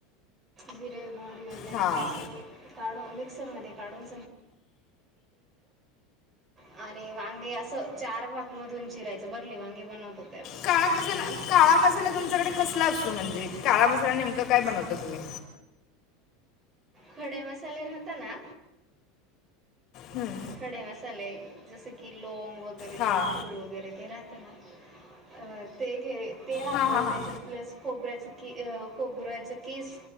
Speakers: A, on the right; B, on the left.
A: जिरे मोहरी वगैरे
B: हां
A: ते अस काढून मिक्सरमध्ये काढून <inaudible> आणि वांगी अस चार भाग मधून चिरायचं भारली वांगी बनवतो तेव्हा
B: काळा मसाला-काळा मसाला तुमच्याकडे कसला असतो म्हणजे काळा मसाला नेमका काय बनवता तुम्ही
A: खडे मसाले राहत ना
B: हं,
A: खडे मसाले जस कि लोंग वगैरे
B: हां
A: ते फूल वगैरे ते राहत ना अ ते घे ते राहतं
B: हां हां हां
A: त्याच्यात प्लस खोबऱ्याच की खोबऱ्याच किस